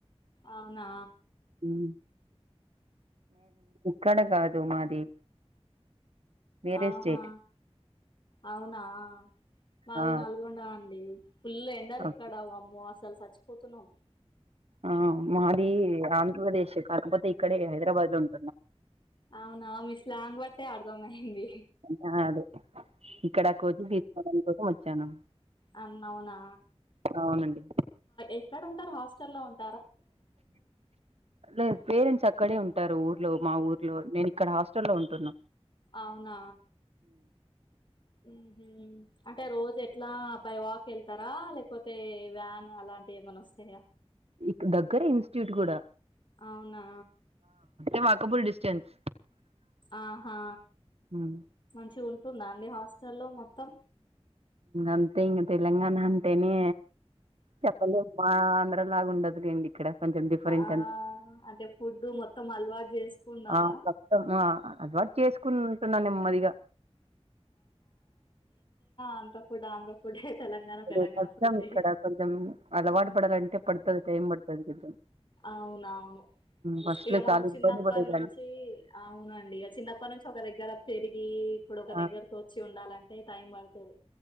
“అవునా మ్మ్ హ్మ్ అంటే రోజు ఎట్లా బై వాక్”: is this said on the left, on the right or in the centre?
Left